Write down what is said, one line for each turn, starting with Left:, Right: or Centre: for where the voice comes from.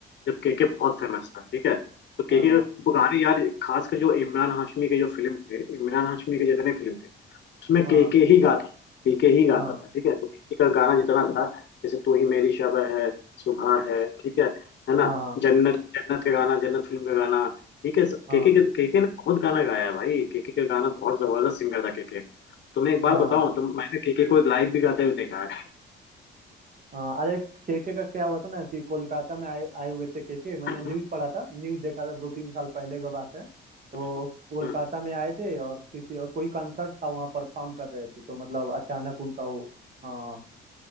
Left: जब केके बहुत फेमस था ठीक है तो
Right: हाँ
Left: केके वो गाने यार खासकर जो इमरान हाशमी के जो फिल्म थे इमरान हाशमी के जितने फिल्म थे उसमें
Right: हाँ
Left: केके ही गाता था केके ही गाता
Right: हाँ
Left: था ठीक है तो केके का गाना जितना था जैसे तू ही मेरी शब है सुबह है ठीक है है ना
Right: हाँ
Left: जन्नत जन्नत का गाना जन्नत फिल्म का गाना ठीक है
Right: हाँ
Left: केके केके ने बहुत गाना गाया है भाई केके का गाना बहुत जबरदस्त सिंगर था केके तुम्हें एक बात
Right: हाँ
Left: बताऊं तो मैंने केके को लाइव भी गाते हुए देखा
Right: हाँ अरे केके का क्या हुआ था ना कि कोलकाता में आए आए हुए थे केके मैंने
Left: है
Right: न्यूज पढ़ा था न्यूज देखा था दो तीन साल पहले का बात है तो
Left: <laughs>
Right: कोलकाता में आए थे और किसी और कोई कंसर्ट था वहाँ परफॉर्म कर रहे थे तो मतलब अचानक उनका वो हाँ